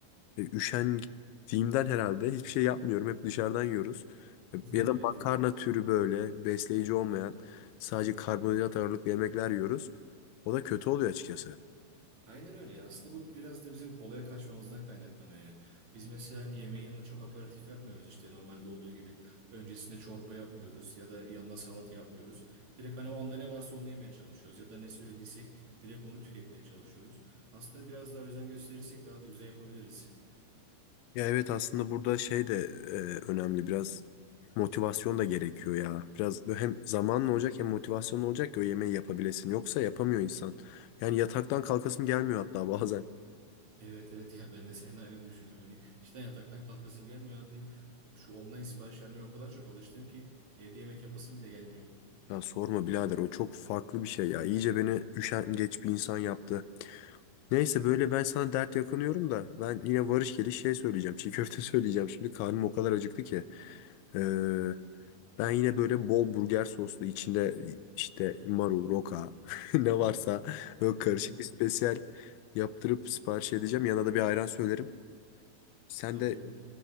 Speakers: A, on the left; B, on the right.
A: e, üşendiğimden herhalde hiçbir şey yapmıyorum. Hep dışarıdan yiyoruz. E,
B: <laughs> Evet
A: Ya da makarna türü böyle besleyici olmayan sadece
B: yani.
A: karbonhidrat ağırlıklı yemekler yiyoruz. O da kötü oluyor açıkçası.
B: Aynen öyle ya. Aslında bu biraz da bizim kolaya kaçmamızdan kaynaklanıyor ya. Biz mesela hani yemeğin yanında çok aperatif yapmıyoruz işte normalde olduğu gibi. Öncesinde çorba yapmıyoruz ya da yanına salata yapmıyoruz. Direkt hani o anda ne varsa onu yemeye çalışıyoruz ya da ne söylediysek direkt onu tüketmeye çalışıyoruz. Aslında biraz daha özen gösterirsek daha da güzel yapabiliriz. <laughs>
A: Ya evet aslında burada şey de e, önemli biraz motivasyon da gerekiyor ya. Biraz böyle hem zamanla olacak hem motivasyonla olacak ki o yemeği yapabilesin. Yoksa yapamıyor insan. Yani yataktan kalkasım gelmiyor hatta <laughs> bazen.
B: Evet evet ya ben de seninle aynı düşünüyorum. Hani işte yataktan kalkasım gelmiyor. Hadi şu online sipariş vermeye o kadar çok alıştım ki evde yemek yapasım bile gelmiyor.
A: Ya sorma birader o çok farklı bir şey ya. İyice beni üşengeç bir insan yaptı. Neyse böyle ben sana dert yakınıyorum da ben yine varış geliş şey söyleyeceğim. Çiğ köfte <laughs> söyleyeceğim. Şimdi karnım o kadar acıktı ki. Ee, Ben yine böyle bol burger soslu içinde işte marul, roka <laughs> ne varsa böyle karışık
B: <laughs>
A: bir spesiyel yaptırıp sipariş edeceğim. Yanına da bir ayran söylerim. Sen
B: Ya
A: de
B: olur